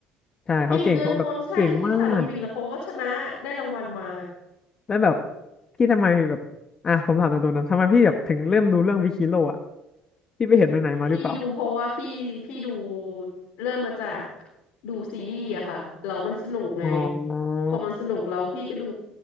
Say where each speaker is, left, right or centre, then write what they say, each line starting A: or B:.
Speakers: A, on the left; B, on the left.
A: ใช่เขาเก่งเขาแบบเก่งมาก
B: เก่งเกินคนใช่คณิตศาสตร์โอลิมปิกแล้วเขาก็ชนะได้รางวัลมา
A: แล้วแบบพี่ทำไมแบบอ่ะผมถามตรงๆนะทำไมพี่แบบถึงเริ่มดูเรื่องวิคิโลอ่ะพี่ไปเห็นไหนๆมาหรือเปล่า
B: พี่ดูเพราะว่าพี่พี่ดูเริ่มมาจากดูซีรีส์อะค่ะแล้วมันสนุกไง
A: อ๋อ
B: พอมันสนุกแล้วพี่ก็ดู